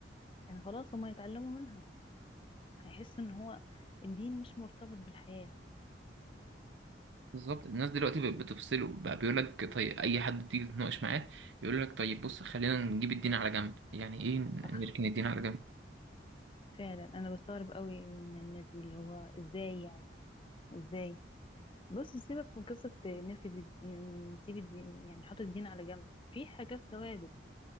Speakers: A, on the left; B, on the right.
A: يعني خلاص هما يتعلموا منها هيحسوا ان هو الدين مش مرتبط بالحياة
B: بالظبط الناس دلوقتي بقت بتفصله بقى بيقول لك طيب اي حد تيجي تتناقش معاه يقول لك طيب بص خلينا نجيب الدين على جنب يعني ايه
A: صح
B: نركن الدين على جنب
A: فعلا انا بستغرب قوي من الناس دي اللي هو ازاي يعني ازاي بص سيبك من قصة نركز الد- ن- نسيب الدين يعني نحط الدين على جنب في حاجات ثوابت